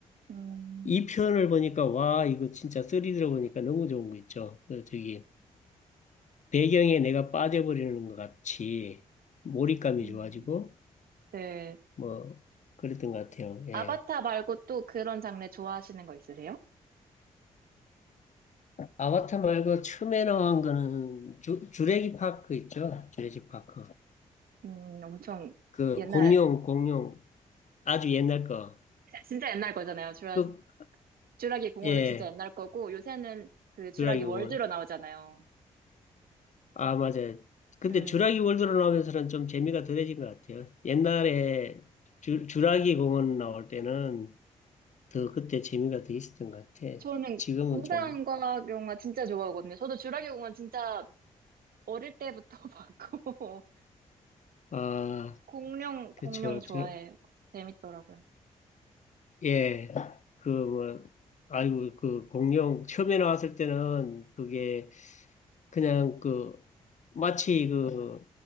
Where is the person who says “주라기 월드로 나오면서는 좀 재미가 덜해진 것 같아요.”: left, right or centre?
Left